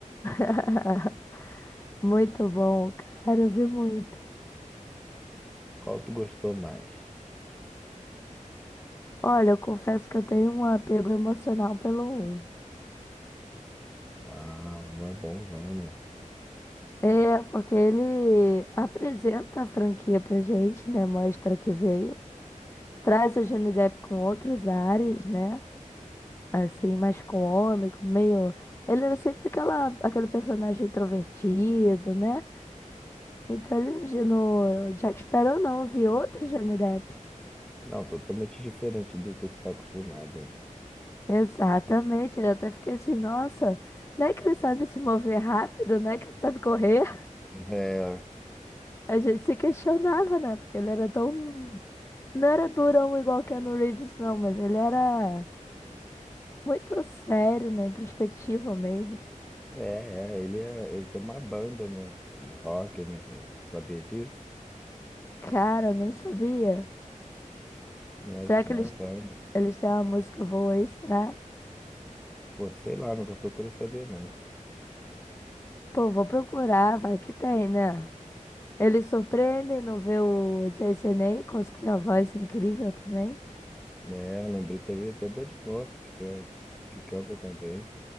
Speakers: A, on the left; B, in the centre.
A: <laughs> Muito bom, cara, eu vi muito.
B: Qual tu gostou mais?
A: Olha, eu confesso que eu tenho um apego emocional pelo um.
B: Ah, um é bonzão, né?
A: É, porque ele apresenta a franquia pra gente, né? Mostra que veio. Traz o Johnny Depp com outros ares, né? Assim, mais cômico, meio. Ele era sempre aquela, aquele personagem introvertido, né? Então ele de- no Jack Sparrow não, eu vi outro Johnny Depp.
B: Não, totalmente diferente do que a gente tá acostumado. né?
A: Exatamente, eu até fiquei assim, nossa, não é que ele sabe se mover rápido, não é que ele sabe correr.
B: É,
A: A gente se questionava, né? Porque ele era tão. Não era durão igual Keanu Reeves, não, mas ele era muito sério, né? Introspectivo mesmo.
B: é, é, ele, é, ele tem uma banda, né? De rock, né? Já sabia disso?
A: Cara, eu nem sabia.
B: Né, ele
A: Será
B: tem
A: que
B: uma
A: eles,
B: banda.
A: eles têm uma música boa aí? Será?
B: Pô, sei lá, nunca procurei saber, não.
A: Pô, vou procurar, vai que tem, né? Eles surpreendem no ver o Jason Ackles, que tem uma voz incrível também.
B: Né, eu lembrei também até da Ed Murphy, que, tem, que canta também.